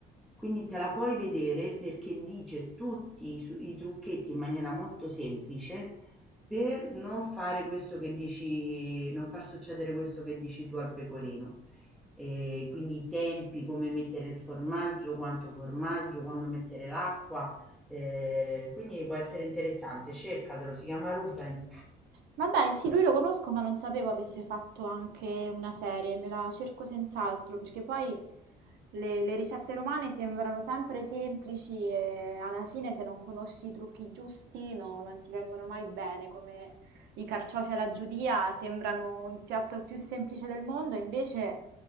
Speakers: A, in the centre; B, on the right.
A: Quindi te la puoi vedere perché dice tutti i, su- i trucchetti in maniera molto semplice per non fare questo che dici, non far succedere questo che dici tu al pecorino. E quindi i tempi, come mettere il formaggio, quanto formaggio, quando mettere l'acqua. eh, quindi può essere interessante, cercatelo, si chiama Ruben.
B: Ma dai, sì, lui lo conosco, ma non sapevo avesse fatto anche una serie, me la cerco senz'altro, perché poi le, le ricette romane sembrano sempre semplici e alla fine se non conosci i trucchi giusti no- non ti vengono mai bene, come i carciofi alla giudia sembrano il piatto più semplice del mondo, invece